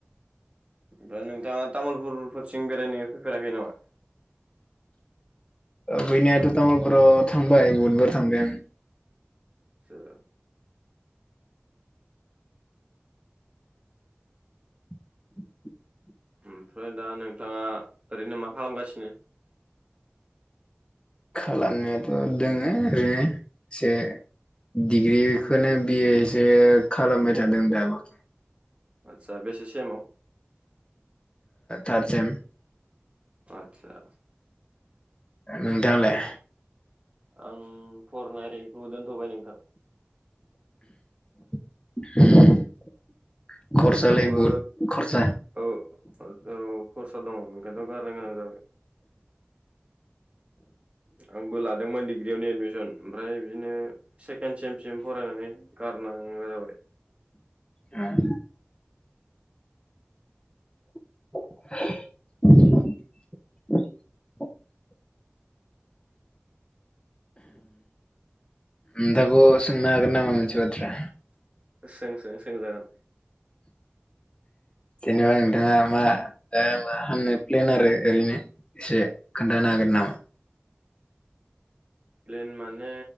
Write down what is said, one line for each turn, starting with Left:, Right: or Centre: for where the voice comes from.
Right: ओमफ्राय नोंथाङा तामुलपुरफोरथिं बेरायनो फैफेराखै नामा।
Left: फैनायाथ' तामुलपुरावआव थांबाय बहुदबार थांबाय आं।
Right: आतसा
Left: <unintelligible>
Right: ओमफ्राय दा नोंथाङा ओरैनो मा खालामगासिनो।
Left: खालामनायाथ' दोङो ओरैनो एसे डिग्रिखौनो बिएसो खालामबाय थादों दाबो।
Right: आतसा बेसे सेमाव
Left: थारदसेम।
Right: आतसासा
Left: नोंथाङालाय।
Right: आं फरायनायखौ दोनथ'बाय नों थां
Left: <unintelligible> खरसालाय
Right: आंबो
Left: बहुद खरसा
Right: औ औ खरसा दङ ओंखायनोथ' आं गारनो गोनां जाबाय। आंबो लादोंमोन डिग्रियावनो एडमिसन ओमफ्राय बिदिनो से खेन सेमसिम फरायनानै गारनांगौ जाबाय।
Left: औ <inaudible> नोंथांखौ सोंनो हागोन नामा मोनसे बाथ्रा
Right: सों सों सों जागोन
Left: जेनेबा नोंथाङा मा मा खामनो प्लेन आरो ओरैनो एसे खोन्थानो हागोन नामा
Right: प्लेन माने